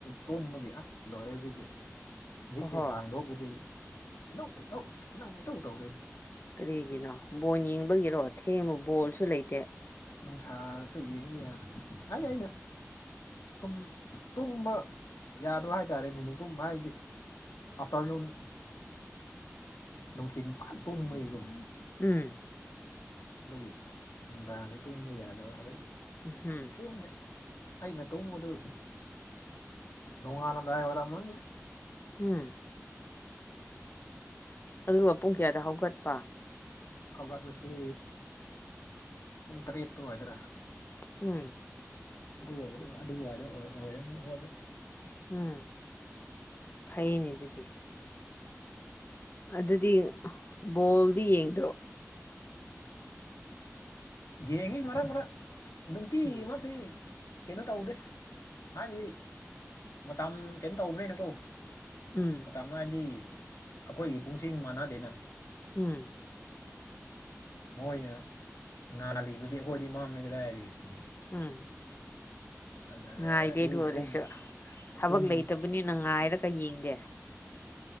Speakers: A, on the left; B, on the left.
A: ꯇꯨꯝꯃꯒꯤ ꯑꯁ ꯂꯣꯏꯔꯦ ꯍꯧꯖꯤꯛꯁꯦ ꯃꯤꯠꯁꯦ
B: ꯑꯣꯍꯣ
A: ꯍꯥꯡꯗꯣꯛ ꯍꯧꯖꯤꯛ ꯀꯤꯍꯧ ꯈꯤꯇꯧ ꯤꯍꯧ ꯇꯧ ꯇꯧꯔꯣꯏꯅꯤ
B: ꯀꯔꯤꯒꯤꯅꯣ ꯕꯣꯜ ꯌꯦꯡꯕꯒꯤꯔꯣ ꯊꯦꯡꯕ ꯕꯣꯜꯁꯨ ꯂꯩꯇꯦ
A: ꯅꯨꯡꯁꯥꯁꯨ ꯌꯦꯡꯉꯗ ꯑꯩ ꯑꯩꯅ ꯁꯨꯝ ꯇꯨꯝꯕ ꯌꯥꯗꯕ ꯍꯥꯏꯇꯥꯔꯦ ꯅꯤꯅꯨꯡꯨ ꯇꯨꯝꯕ ꯍꯥꯏꯕꯗꯤ ꯑꯥꯐꯇꯔꯅꯨꯟ ꯅꯨꯡꯊꯤꯜ ꯅꯤꯄꯥꯥꯟ ꯄꯨꯡꯕꯩꯒꯨꯝ
B: ꯎꯝ
A: ꯑꯗꯨꯒꯤ ꯅꯨꯡꯗꯥꯡꯁ ꯇꯣꯡꯕ ꯌꯥꯗꯕ ꯑꯗꯨꯗꯒꯤ
B: ꯎꯝꯍꯝ
A: ꯑꯁ ꯊꯦꯡꯈ ꯑꯩꯅ ꯇꯧꯕ ꯃꯗꯨ ꯅꯣꯡꯉ ꯍꯜꯂꯗꯑꯕꯔ ꯑꯃ ꯃꯅꯤꯗ
B: ꯎꯝ ꯑꯗꯨꯒ ꯄꯨꯡ ꯀꯌꯥꯗ ꯍꯧꯒꯠꯄ
A: ꯍꯧꯒꯠꯂꯁꯤ ꯄꯨꯡ ꯇꯔꯦꯠꯇꯨ ꯍꯥꯏꯗ꯭ꯔꯥ
B: ꯎꯝ
A: ꯑꯗꯨ ꯑꯗꯨꯕꯨꯗ ꯑꯣꯏꯔ ꯍꯣꯠ
B: ꯎꯝ ꯐꯩꯅꯦ ꯑꯗꯨꯗꯤ ꯑꯗꯨꯗꯤ ꯕꯣꯜꯗꯤ ꯌꯦꯡꯗ꯭ꯔꯣ
A: ꯌꯦꯡꯉꯤ ꯃꯔꯦ ꯃꯔꯔꯥ ꯅꯨꯡꯇꯤ
B: ꯎꯝ
A: ꯃꯥ ꯀ ꯀꯩꯅꯣ ꯇꯧꯗꯦ ꯍꯥꯏꯕꯗꯤ ꯃꯇꯝ ꯀꯩꯅꯣ ꯇꯧꯕ꯭ꯔꯦꯅꯀꯣ
B: ꯎꯝ
A: ꯃꯇꯝ ꯑꯃ ꯍꯥꯏꯕꯗꯤ ꯑꯩꯈꯣꯏꯒꯤ ꯄꯨꯡꯁꯤꯡ ꯃꯥꯟꯅꯗꯩꯅ
B: ꯎꯝ
A: ꯃꯣꯏꯅ ꯉꯥꯍꯜꯂꯤꯕꯗꯤ ꯑꯩꯈꯣꯏꯗꯤ ꯃꯝꯃꯦ ꯀꯗꯗꯥꯏ ꯍꯥꯏꯔꯗꯤ
B: ꯎꯝ
A: ꯑꯗꯨꯗ
B: ꯉꯥꯏꯗꯦ ꯑꯗꯨ ꯑꯣꯏꯔꯁꯨ
A: ꯇꯨꯝ
B: ꯊꯕꯛ
A: ꯇꯨꯝ
B: ꯂꯩꯇꯕꯅꯤꯅ ꯉꯥꯏꯔꯒ ꯌꯦꯡꯗꯦ